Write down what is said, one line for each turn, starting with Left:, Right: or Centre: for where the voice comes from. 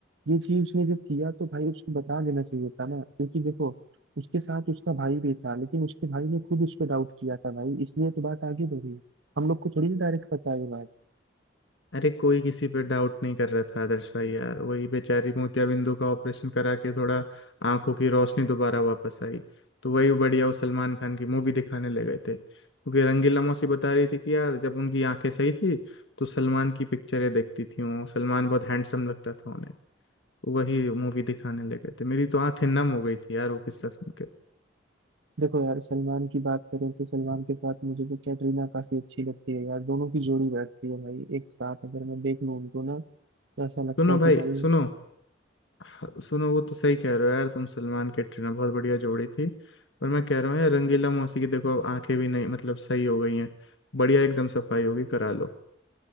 Right: ये चीज उसने जब किया तो भाई उसको बता देना चाहिए था ना क्योंकि देखो उसके साथ उसका भाई भी था लेकिन उसके भाई ने खुद उस पर डाउट किया था भाई इसलिए तो बात आगे बढ़ी हम लोग को थोड़ी ना डायरेक्ट पता है ये बात
Left: अरे कोई किसी पे डाउट नहीं कर रहा था आदर्श भाई यार वही बेचारी मोतियाबिंदु का ऑपरेशन करा के थोड़ा आंखों की रोशनी दोबारा वापस आई तो वही बढ़िया वो सलमान खान की मूवी दिखाने ले गए थे क्योंकि रंगीला मौसी बता रही थी कि यार जब उनकी आंखें सही थी तो सलमान की पिक्चरें देखती थी वो सलमान बहुत हैंडसम लगता था उन्हें वही मूवी दिखाने लगे थे मेरी तो आंखें नम हो गई थी यार वो किस्सा सुन के
Right: देखो यार सलमान की बात करें तो सलमान के साथ मुझे तो कैटरीना काफी अच्छी लगती है यार दोनों की जोड़ी बैठती है भाई एक साथ अगर मैं देख लूं उनको ना तो ऐसा लगता
Left: सुनो
Right: है
Left: भाई
Right: कि भाई
Left: सुनो हाँ, सुनो वो तो सही कह रहे हो यार तुम सलमान कैटरीना बहुत बढ़िया जोड़ी थी पर मैं कह रहा हूँ यार रंगीला मौसी की देखो अब आंखें भी नहीं मतलब सही हो गई हैं बढ़िया एकदम सफाई होगी करा लो